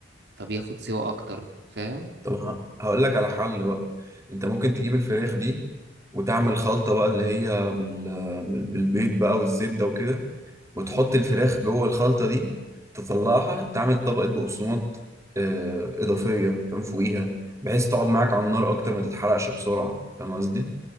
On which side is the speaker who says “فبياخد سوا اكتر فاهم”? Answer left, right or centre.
Right